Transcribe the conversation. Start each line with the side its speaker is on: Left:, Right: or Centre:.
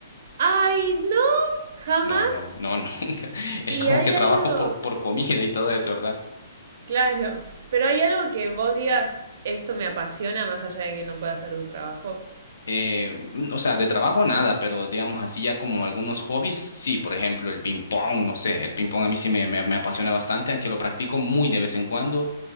Right: ¡Ay, no! ¡Jamás!
Left: No, no, no, <laughs> nunca. Es
Right: Y
Left: como
Right: hay
Left: que trabajo
Right: algo...
Left: por, por comida y todo eso, ¿verdad?
Right: Claro, pero hay algo que vos digas, esto me apasiona más allá de que no pueda hacer tu trabajo.
Left: Eh, mm, o sea, de trabajo nada, pero digamos así ya como algunos hobbies, sí, por ejemplo, el ping pong, no sé, el ping pong a mí sí me, me, me apasiona bastante, aunque lo practico muy de vez en cuando